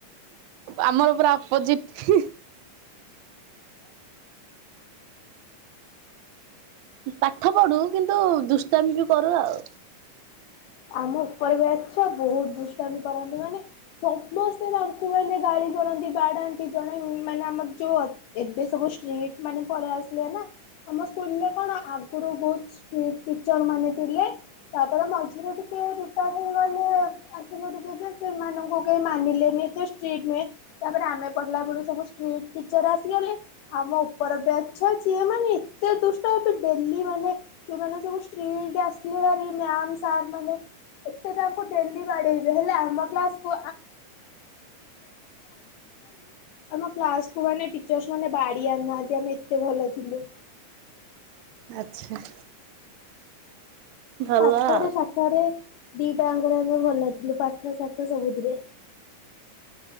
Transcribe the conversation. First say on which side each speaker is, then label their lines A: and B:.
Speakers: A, on the right; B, on the left.
A: ଆମର ପୁରା ଅପୋଜିଟ। ପାଠ ପଢୁ କିନ୍ତୁ ଦୁଷ୍ଟାମି ବି କରୁ ଆଉ।
B: ଆମ ଉପରେ ବି ଆଚ୍ଛା ବହୁତ ଦୁଷ୍ଟାନ୍ତ କରନ୍ତି ମାନେ ସମସ୍ତେ ତାଙ୍କୁ ମାନେ ଗାଳି କରନ୍ତି ବାଡାଣ୍ଟି ଜଣେ ମାନେ ଆମର ଯୋଉ ଏବେ ସବୁ ଷ୍ଟ୍ରିଟ୍ ମାନେ ପଳେଇ ଆସିଲେ ନା ଆମ ସ୍କୁଲରେ କଣ ଆଗରୁ ବହୁତଷ୍ଟିଟ ଟିଚର ମାନେ ଥିଲେ ତାପରେ ମଝିରେ ଟ ଟିକେ ରିଟାୟାର୍ ହେଇଗଲେ ଆସିଲେ ଟିକେ ଯେ ସେମାନଙ୍କୁ କେହି ମାନିଲେନି ଏେ ଷ୍ଟ୍ରିଟ୍ ନୁହେଁ ତାପରେ ଆମେ ପଢିଲା ବଳୁ ସବୁ ଷ୍ଟ୍ରିଟ୍ ଟିଚର ଆସିଗଲେ ଆମ ଉପର ବି ଅଛ ଯିଏ ମାନେ ଏତେ ଦୁଷ୍ଟ ହେବେ ଡେଲି ମାନେ ଯେୋଁମାନେ ସବୁ ଷ୍ଟ୍ରିଟ୍ ଆସଥିଲେ ଭାରି ମ୍ୟାମ ସାର୍ ମାନେ ତାଡେଇ ହେଲେ ଆମ ଆମେ ଦ ବର୍ଷିଲୁ ଆମ୍କୁାନ ମାନେ ବାନାହାନ୍ତି ଆମେ ଏତେ ଭଲ ଥିଲୁ।
A: ଆଚ୍ଛା ଭଲ
B: ପାଠରେ
A: ଆଉ।
B: ସାଠରେ ଦିଟା ଆଙ୍କରେ ଆମେ ଭଲ ଥିଲୁ ପାଠ ସାଠ ସବୁଥିରେ।